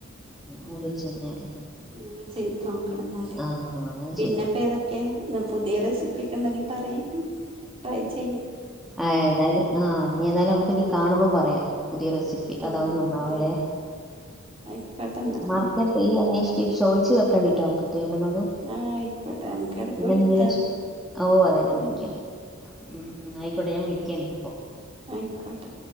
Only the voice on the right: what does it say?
അങ്ങനെ ചെയ്തു നോക്കണം എന്നാല്
പിന്നെപ്പൊ
ഏതൊക്കെ പുതിയ റെസിപ്പിയ ഒക്കെ ഉണ്ടെങ്കി പറയി. ട്രൈ ചെയ്യാം.
ആഹ്
ആയിക്കോട്ടെന്നാ
ആഹ് ആയിക്കോട്ടെ നമുക്ക് ഇടക്ക്
വിളിക്കാലോ
ഉം
ആയിക്കോട്ടെ